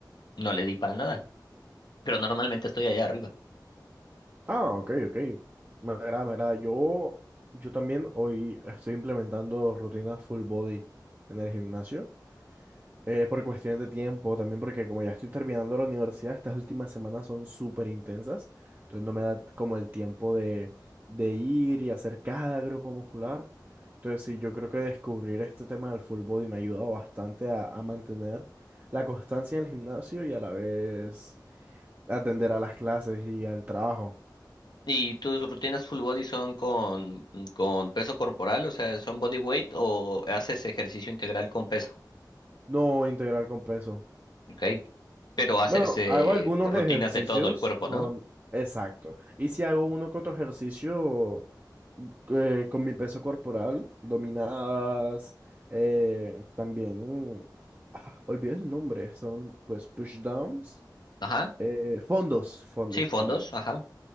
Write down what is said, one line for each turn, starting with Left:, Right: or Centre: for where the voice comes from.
Left: no le di para nada, pero normalmente estoy allá arriba.
Right: Ah, ok, ok. Me agrada, me agrada. Yo, yo también hoy estoy implementando rutinas full body en el gimnasio. eh, por cuestiones de tiempo, también porque como ya estoy terminando la universidad, estas últimas semanas son súper intensas, entonces no me da como el tiempo de, de ir y hacer cada grupo muscular. Entonces sí, yo creo que descubrir este tema del full body me ha ayudado bastante a, a mantener la constancia en el gimnasio y a la vez atender a las clases y al trabajo.
Left: ¿Y tus rutinas full body son con, con peso corporal, o sea, son body weight o haces ejercicio integral con peso?
Right: No integrar con peso.
Left: Ok, pero haces
Right: Bueno,
Left: eh,
Right: hago algunos
Left: rutinas
Right: ejercicios
Left: de todo el cuerpo,
Right: con...
Left: ¿no?
Right: Exacto. Y si hago uno que otro ejercicio eh, con mi peso corporal, dominadas, eh, también, ah, olvido el nombre, son pues push downs,
Left: Ajá,
Right: eh, fondos, fondos
Left: sí, fondos,
Right: para,
Left: ajá.